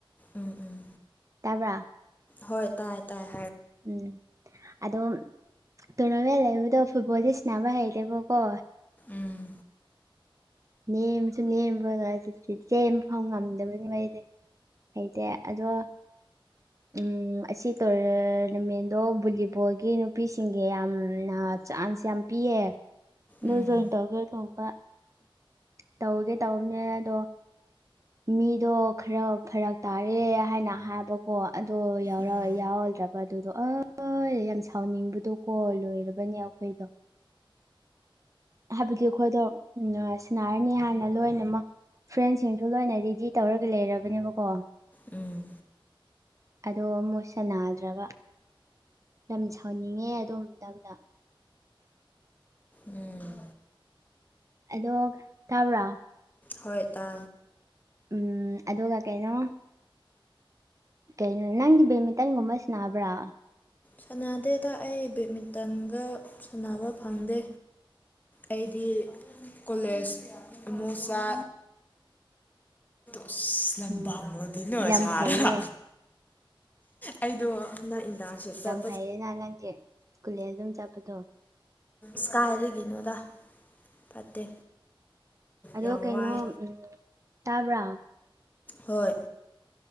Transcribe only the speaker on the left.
ꯎꯝ ꯎꯝ
ꯍꯣꯏ ꯇꯥꯏꯌꯦ ꯇꯥꯏꯌꯦ
ꯎꯝ
ꯎꯝ
ꯎꯝ
ꯎꯝ
ꯎꯝ
ꯍꯣꯏ ꯇ
ꯁꯥꯟꯅꯗꯦꯗ ꯑꯩ ꯕꯦꯠꯃꯤꯟꯇꯟꯒ ꯁꯥꯟꯅꯕ ꯐꯪꯗꯦ ꯑꯩꯗꯤ ꯀꯣꯂꯦꯖ ꯃꯨꯛꯆꯥ
ꯑꯁ ꯂꯝꯄꯥꯛꯂꯗꯤ
ꯅꯣ
ꯁꯥꯔ
ꯑꯩꯗꯣ ꯅ ꯏꯟꯗꯥꯁꯤ ꯆꯠ
ꯁꯀꯥꯏ ꯑꯗꯤ ꯅꯣ ꯂ ꯐꯠꯇꯦ
ꯌꯥꯝ
ꯋꯥꯏ
ꯍꯣꯏ